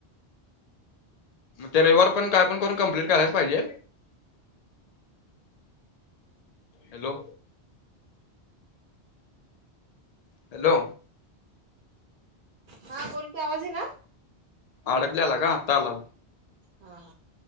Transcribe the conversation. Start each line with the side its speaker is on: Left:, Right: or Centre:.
Left: ते रविवार पर्यंत काय पण करून कम्प्लीट करायलाच पाहिजे हॅलो हॅलो
Right: हा बोल की आवाज येई ना
Left: अडकल्याला ग आता आला
Right: हा हा